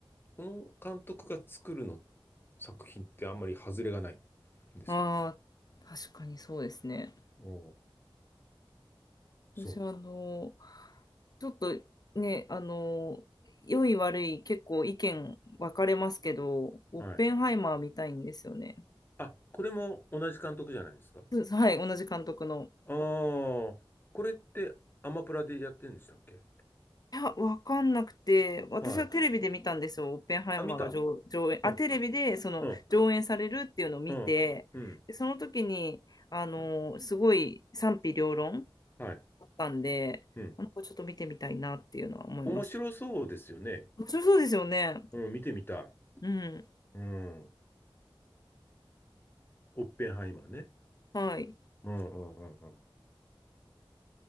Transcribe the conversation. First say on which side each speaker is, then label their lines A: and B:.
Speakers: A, on the left; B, on the left.
A: この監督が作るの作品ってあんまり外れがないんですよ。
B: ああ、確かにそうですね。
A: おう
B: 私はあの、
A: そ
B: ちょっとね、あの、良い悪い結構意見分かれますけど、オッペンハイマー見たいんですよね。
A: う。はい。あ、これも同じ監督じゃないですか。
B: そうですはい、同じ監督の。
A: ああ、これってアマプラでやってんでしたっけ
B: いや、分かんなくて、私はテレビで見たんですよ、
A: はい。
B: オッペンハイマーが上、
A: あ、見た
B: 上演、
A: うん。
B: あ、テレビでその上演されるっていうのを見て、
A: うんうん。うん。
B: で、その時に、あの、すごい賛否両論
A: はい。
B: あったんで、
A: うん。
B: なんかちょっと見てみたいなっていうのは思います。
A: 面白そうですよね。
B: 面白そうですよね。
A: うん。見てみたい。
B: うん。
A: うん。オッペンハイマーね。
B: はい。
A: うんうんうんうん。